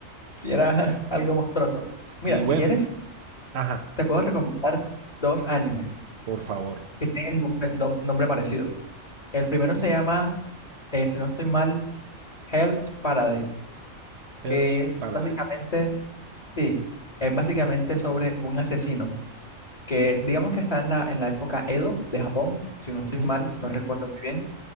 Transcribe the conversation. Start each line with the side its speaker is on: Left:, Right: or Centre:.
Left: sí era <laughs> algo monstruoso. Mira,
Right: Y bueno,
Left: si quieres,
Right: ajá,
Left: te puedo recomendar dos animes
Right: por favor,
Left: que tienen nombre, nom- nombre parecido. El primero se llama, eh, si no estoy mal, Hell's Paradise, que
Right: Hell's
Left: es
Right: Paradise.
Left: básicamente, sí, es básicamente sobre un asesino que digamos que está en la, en la época Edo de Japón, si no estoy
Right: Ujú.
Left: mal, no recuerdo muy bien.